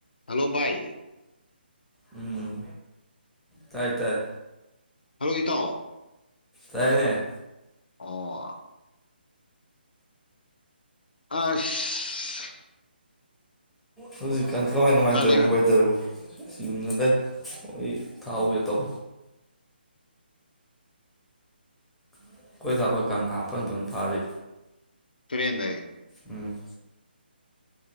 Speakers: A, on the left; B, in the centre.
A: hello ꯚꯥꯏ
B: ꯎꯝ ꯇꯥꯏ ꯇꯥꯏ
A: ꯍꯜꯂꯣ ꯏꯇꯥꯎ
B: ꯂꯥꯢꯔꯦ
A: ꯑꯣ ꯑꯁ
B: ꯍꯧꯖꯤꯛꯀꯥꯟ ꯀꯃꯥꯏ ꯀꯃꯥꯏ
A: ꯈꯔ
B: ꯇꯧꯔꯤ
A: ꯂꯩꯃꯟ
B: ꯋꯦꯗꯔꯕꯨ ꯉꯁꯤ ꯌꯨꯝꯗ ꯂꯩ ꯑꯩ ꯊꯥꯎꯒꯦ
A: ꯎꯝ
B: ꯇꯧ ꯑꯩꯈꯣꯏ ꯊ ꯑꯩꯈꯣꯏ ꯀꯪꯂꯥꯄꯟꯗꯅ ꯐꯥꯔꯤ
A: ꯇꯨꯔꯦꯟꯗꯩ
B: ꯎꯝ